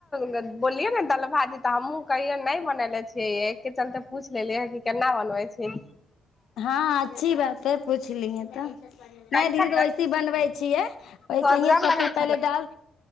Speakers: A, on the left (about 25°); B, on the left (about 75°).
A: <unintelligible> बोलियै ने दल भाजी, तऽ हमहूँ कहियै नहि बनने छियै, एकके चलते पूछ लेलिय ह, कि केना बनबै छी?
B: हँ, अच्छी बात है। पुछलियै तऽ, नै
A: कैसन
B: दीदी तऽ वैसी बनबै छियै, वैसेहे
A: स्वदगर
B: सबकोइ
A: लगै
B: पहिले
A: छलै
B: दाल